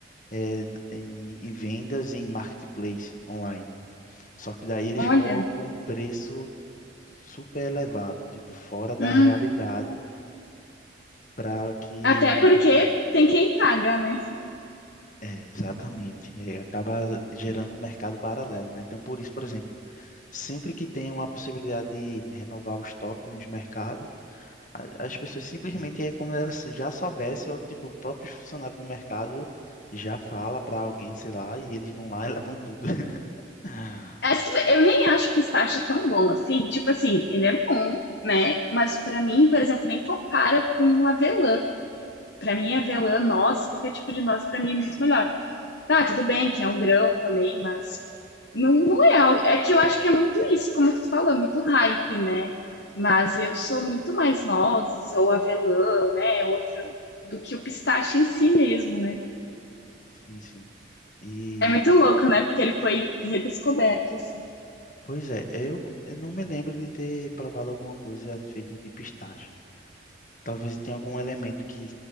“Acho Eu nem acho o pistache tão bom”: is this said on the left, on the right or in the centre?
Left